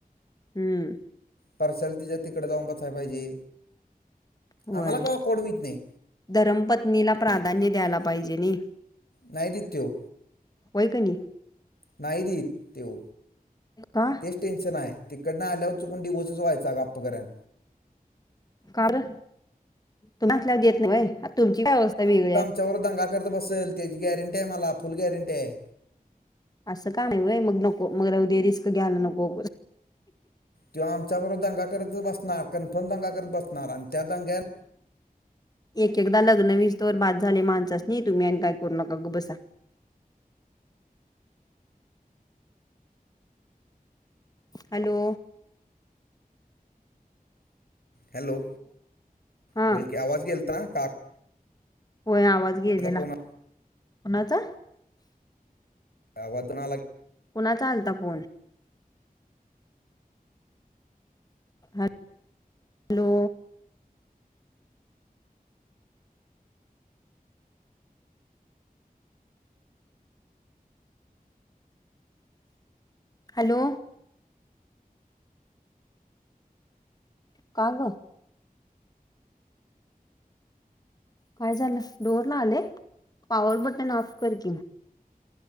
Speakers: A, on the left; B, on the left.
A: हम्म
B: प्रश्नाला तिच्या तिकडे जाऊन बसायला पाहिजे
A: होय
B: आम्हाला काय ऑकवर्ड होत नाही
A: धरमपत्नीला प्राधान्य द्यायला पाहिजे नाही
B: नाही देत तो
A: होय की नाही
B: नाही देत तो
A: का
B: तेच टेन्शन आहे तिकडनं आल्यावर चुकून डिव्होर्स व्हायचा गप्प करण
A: का र तुम्ही असल्यावी येत नाही होय आता तुमची काय अवस्था वेगळी आहे
B: त्याच्यावर दंगा करत बसेल तेची गॅरंटी आहे मला फुल गॅरंटी आहे
A: असं काम हाय वय मग नको मग राहूदे रिस्क घ्यायला नको
B: तो आमच्याबरोबर दंगा करतच बसणार कन्फर्म दंगा करत बसणार आणि त्या दंग्या
A: एक एकदा लग्न विस्तवर बाद झाले माणसास नाही तुम्ही आणि काय करू नका ग बसा हॅलो
B: हॅलो
A: हा
B: बोल की आवाज गेलता का
A: होय आवाज गेलेला
B: फोन
A: कोणाचा
B: आवाज
A: कुणाचा आला फोन ह हॅलो हॅलो का ग काय झालं डोअर ला आले पॉवर बटन ऑफ कर की